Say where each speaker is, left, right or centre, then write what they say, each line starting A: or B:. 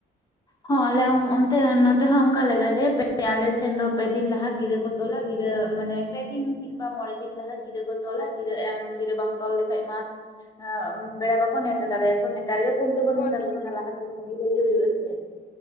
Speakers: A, on the left; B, on the left.
A: ᱦᱚᱸ ᱟᱞᱮ ᱚᱱᱛᱮ ᱱᱚᱛᱮ ᱦᱚᱸ ᱚᱱᱠᱟ ᱞᱮᱠᱟᱜᱮ ᱯᱮ ᱟᱞᱮ ᱥᱮᱱ ᱫᱚ ᱯᱮᱫᱤᱱ ᱞᱟᱦᱟ ᱜᱤᱨᱟᱹ ᱠᱚ ᱛᱚᱞᱟ ᱜᱤᱨᱟᱹ ᱢᱟᱱᱮ ᱯᱮ ᱫᱤᱱ ᱠᱤ ᱵᱟ ᱢᱚᱬᱮ ᱫᱤᱱ ᱞᱟᱦᱟ ᱜᱤᱨᱟᱹ ᱠᱚ ᱛᱚᱞᱟ ᱜᱤᱨᱟᱹ ᱮᱢ ᱜᱤᱨᱟᱹ ᱵᱟᱝ ᱛᱚᱞ ᱞᱮᱠᱷᱟᱡ ᱢᱟ ᱮᱜ ᱯᱮᱲᱟ ᱵᱟᱠᱚ ᱱᱮᱶᱛᱟ ᱫᱟᱲᱮ ᱭᱟᱠᱚᱣᱟ ᱱᱮᱛᱟᱨ ᱜᱮ ᱯᱷᱳᱱ ᱛᱮᱵᱚᱱ
B: ᱦᱳᱭ
A: ᱢᱮᱛᱟ ᱠᱚ
B: ᱦᱳᱭ
A: ᱠᱟᱱᱟ
B: ᱦᱳᱭ
A: ᱞᱟᱦᱟᱛᱮ ᱵᱷᱟᱜᱮ ᱦᱩᱭᱩᱜ-ᱟ ᱥᱮ